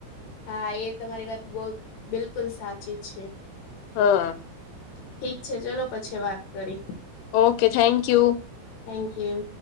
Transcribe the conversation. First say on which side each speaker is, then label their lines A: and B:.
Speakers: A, on the left; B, on the left.
A: હા એ તમારી વાત બહુ બિલકુલ સાચી છે.
B: હ અ
A: ઠીક છે ચલો પછી વાત કરી.
B: Okay thank you.
A: Thank you.